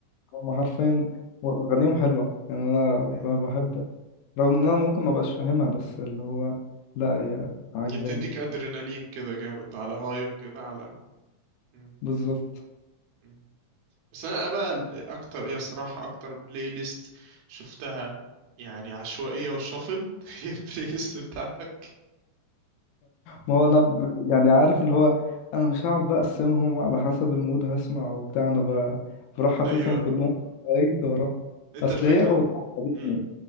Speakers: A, on the left; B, on the right.
A: هم حرفيا أغانيهم حلوة يعني أنا
B: مم.
A: ب- بحب رغم إن أنا ممكن ما بقاش فاهمها بس اللي هو لا هي عجباني
B: بتديك أدرينالين كده جامد على هايب كده على مم.
A: بالظبط
B: مم. بس انا بقى ال- اكتر ايه الصراحه اكتر بلاي ليست شفتها يعني عشوائيه وشفل <laughs> هي البلاي ليست بتاعتك
A: ما هو أنا ب- يعني عارف اللي هو أنا مش هقعد بقى أقسمهم على حسب المود هسمع وبتاع أنا ب- بروح حاططهم
B: ايوه
A: كلهم في أجد وأروح
B: انت
A: أصل
B: الفكره
A: هي أغنية عجبتني
B: مم.